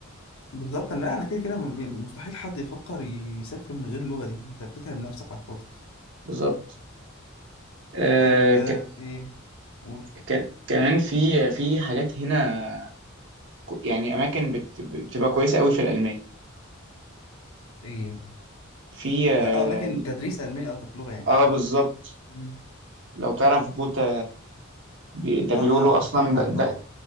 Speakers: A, on the left; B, on the right.
A: بالظبط لا انا كده كده م- مستحيل حد يفكر يسافر من غير اللغه دي انت بتتعب نفسك على الفاضي
B: بالظبط آه
A: طيب آه
B: ك...
A: ايه قول
B: ك... كمان في في حاجات هنا ك- يعني اماكن بت... بتبقى كويسه قوي في الالمان
A: ايه
B: في اه
A: اه آه، اماكن تدريس الماني قصدك لغه يعني
B: آه، بالظبط
A: مم.
B: لو تعرف جوتا بي- ده
A: اه
B: بيقولوا
A: اه
B: اصلا
A: آه، سمعت عنه
B: ده, ده
A: طبعا